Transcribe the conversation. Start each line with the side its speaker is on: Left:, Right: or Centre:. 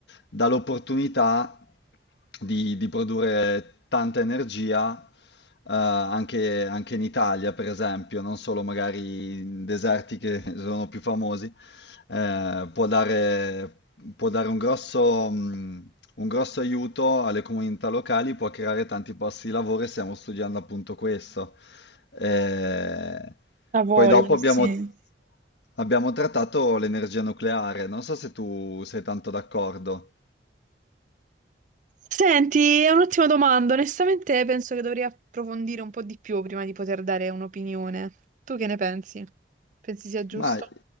Left: dà l'opportunità di, di produrre tanta energia eh, anche, anche in Italia, per esempio, non solo magari in deserti che <laughs> sono più famosi eh, può dare, può dare un grosso, mh, un grosso aiuto alle comunità locali, può creare tanti posti di lavoro e stiamo studiando appunto questo. Eh,
Right: La voglio,
Left: poi dopo abbiamo,
Right: sì.
Left: abbiamo trattato l'energia nucleare, non so se tu sei tanto d'accordo.
Right: Senti, è un'ottima domanda. Onestamente penso che dovrei approfondire un po' di più prima di poter dare un'opinione. Tu che ne pensi? Pensi sia giusto?
Left: Ma